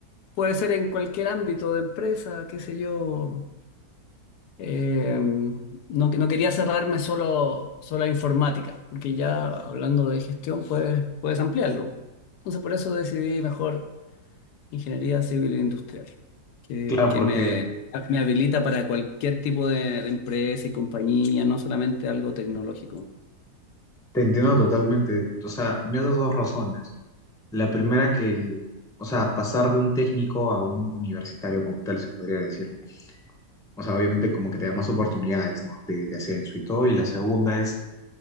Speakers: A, on the left; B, in the centre.
A: puede ser en cualquier ámbito de empresa, qué sé yo. Eh, no, no quería cerrarme solo, solo a informática, porque ya hablando de gestión puedes, puedes ampliarlo. Entonces por eso decidí mejor ingeniería civil e industrial, que,
B: Claro,
A: que
B: porque
A: me, me habilita para cualquier tipo de, de empresa y compañía, no solamente algo tecnológico.
B: te entiendo totalmente. O sea, me has dado dos razones. La primera que, o sea, pasar de un técnico a un universitario como tal, se podría decir. O sea, obviamente como que te da más oportunidades, ¿no? De, de ascenso y todo. Y la segunda es